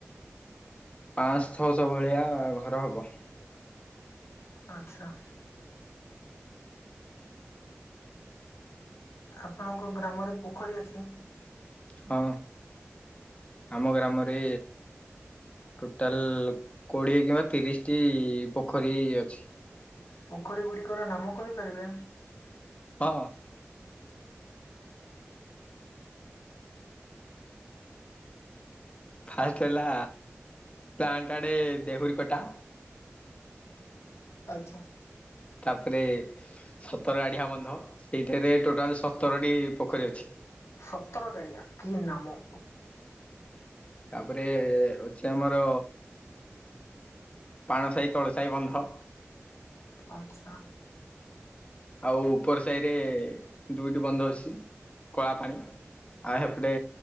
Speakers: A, on the left (about 25°); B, on the left (about 75°).
A: ପାଞ୍ଚଶ ଛଅଶହ ଭଳିଆ ଘର ହବ।
B: ଆଚ୍ଛା। ଆପଣଙ୍କ ଗ୍ରାମରେ ପୋଖରୀ ଅଛି?
A: ହଁ ଆମ ଗ୍ରାମରେ ଟୋଟାଲ କୋଡ଼ିଏ କିମ୍ବା ତିରିଶଟି ପୋଖରୀ ଅଛି।
B: ପୋଖରୀ ଗୁଡ଼ିକର ନାମ କହିପାରିବେ?
A: ହଁ। ଫାଷ୍ଟ ହେଲା ପାଞ୍ଚଟାଡେ ଦେହୁରୀ କଟା।
B: ଆଚ୍ଛା।
A: ତାପରେ ସତର ଗାଡିଆ ବନ୍ଧ ସେଇଟାରେ ଟୋଟାଲ ସତରଟି ପୋଖରୀ ଅଛି।
B: ସତର ଗାଡିଆ କି ନାମ?
A: ତାପରେ ଅଛି ଆମର ପାଣ ସାାହି ତଳସାହି ବନ୍ଧ।
B: ଆଚ୍ଛା।
A: ଆଉ ଉପର ସାହି ରେ ଦୁଇଟି ବନ୍ଧ ଅଛି। କଳା ପାଣି ଆଉ ସେପଟେ